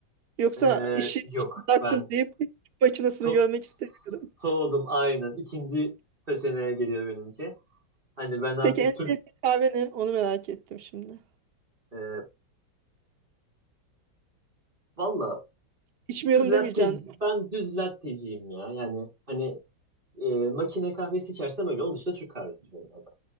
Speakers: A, on the right (about 70°); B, on the right (about 25°).
A: Yoksa
B: Ee,
A: işi
B: yok
A: bıraktım
B: ben
A: deyip makinesini
B: so
A: görmek istemiyorum.
B: soğudum aynen. İkinci seçeneğe geliyor benimki. Hani ben artık
A: Peki en sevdiğin
B: Türk
A: kahve ne? Onu merak ettim şimdi.
B: e, valla
A: İçmiyorum
B: düz latte
A: demeyeceksin değil mi?
B: ben düz latteciyim ya. Yani hani e, makine kahvesi içersem öyle. Onun dışında Türk kahvesi içiyorum ben